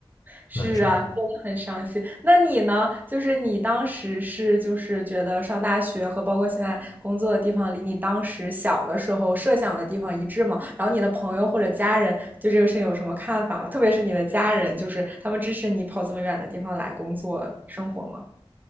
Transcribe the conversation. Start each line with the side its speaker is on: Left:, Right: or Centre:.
Right: 是啊，
Left: 嗯，生活。
Right: 真的很伤心。那你呢？就是你当时是就是觉得上大学和包括现在工作的地方，离你当时小的时候设想的地方一致吗？然后你的朋友或者家人对这个事情有什么看法吗？特别是你的家人，就是他们支持你跑这么远的地方来工作生活吗？